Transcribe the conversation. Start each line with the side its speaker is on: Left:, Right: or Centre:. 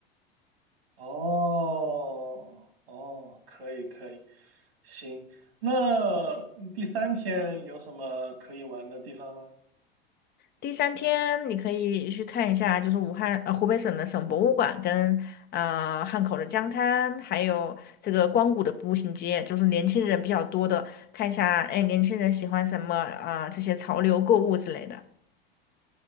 Right: 哦，哦，可以可以，行。那第三天有什么可以玩的地方吗？
Left: 第三天你可以去看一下，就是武汉呃湖北省的省博物馆跟啊、呃汉口的江滩，还有这个光谷的步行街，就是年轻人比较多的，看一下哎年轻人喜欢什么啊、这些潮流购物之类的。